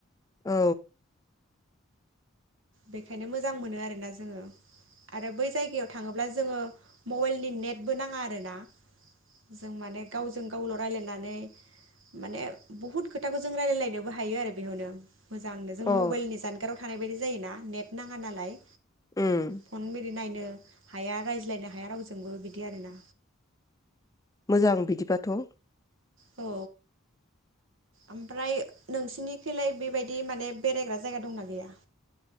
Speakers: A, on the left; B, on the right.
A: औ।
B: बेखायनो मोजां मोनो आरोना जोङो आरो बै जायगायाव थाङोब्ला जोङो मबाइलनि नेटबो नाङा आरोना जों माने गावजों गावल' रायलायनानै माने बहुद खोथाखौ जों रायलायलायनोबो हायो आरो बेयावनो। मोजांनो जों
A: अ
B: मबाइलनि जानगाराव। थानाय बायदि जायोना। नेट नाङा नालाय।
A: उम
B: फन मेरै नायनो। हाया रायज्लायनो हाया रावजोंबो बिदि आरोना।
A: मोजां बिदिबाथ'।
B: औ ओमफ्राय नोंसिनिखैलाय बेबायदि माने बेरायग्रा जायगा दंना गैया।